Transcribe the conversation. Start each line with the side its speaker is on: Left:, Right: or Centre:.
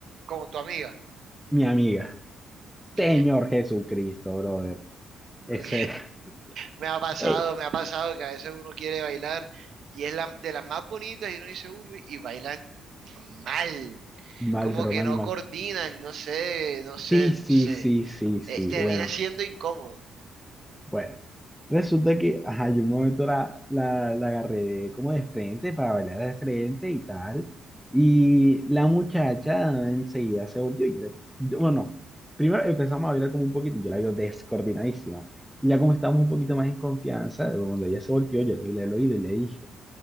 Right: Como tu amiga.
Centre: Mi amiga.
Right: Ok,
Centre: Señor Jesucristo, brother.
Right: <laughs>
Centre: Eso
Right: ok.
Centre: era.
Right: Me ha pasado,
Centre: <laughs>
Right: me ha pasado que a veces uno quiere bailar y es la, de las más bonitas y uno dice, uy, uy", y bailan mal,
Centre: Mal,
Right: como
Centre: pero
Right: que
Centre: mal,
Right: no
Centre: mal.
Right: coordinan, no sé, no sé,
Centre: Sí, sí,
Right: no sé.
Centre: sí, sí, sí.
Right: Eh, y termina
Centre: Bueno,
Right: siendo incómodo
Centre: bueno. Resulta que, ajá, yo un momento la, la, la agarré como de frente para bailar de frente y tal. Y la muchacha enseguida se volteó. Yo le, yo- bueno, no. Primero empezamos a bailar como un poquito. Yo la veo descoordinadísima. Y ya como estábamos un poquito más en confianza, cuando ella se volteó, yo le vi el oído y le dije,